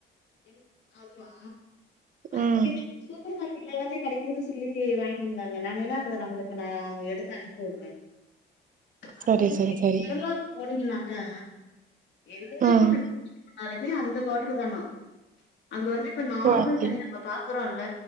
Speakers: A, on the left; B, on the right.
A: என் அதுவா அது
B: ம்
A: சூப்பர் மார்க்கெட்ல எல்லாமே கெடைக்குதுன்னு சொல்லி வாங்கிட்டு வந்தாங்க நா வேணா அத உங்களுக்கு நா எடுத்து அனுப்பி விடுறேன். அது
B: சரி
A: நீங்க
B: சரி சரி
A: கேரளாவுக்கு போனீங்கனாக்கா எந்த
B: ம்
A: ஹோட்டல் போனாலுமே அந்த ஹோட்டர் தானா அங்க வந்து இப்ப நார்மல்
B: ஓ அப்டி
A: தண்ணி நம்ம பாக்குறோல்ல